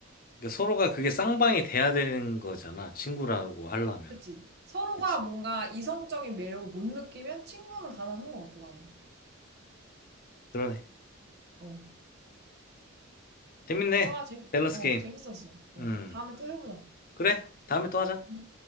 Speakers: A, on the left; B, on the right.
A: 그러니까 서로가 그게 쌍방이 돼야 되는 거잖아. 친구라고 하려면.
B: 그치? 서로가
A: 그치.
B: 뭔가 이성적인 매력을 못 느끼면 친구는 가능한 것 같아 나는.
A: 그러네.
B: 어.
A: 재밌네.
B: 대화 재밌
A: 밸런스
B: 어
A: 게임.
B: 재밌었어. 어
A: 음.
B: 다음에 또 해보자.
A: 그래. 다음에 또 하자.
B: 응,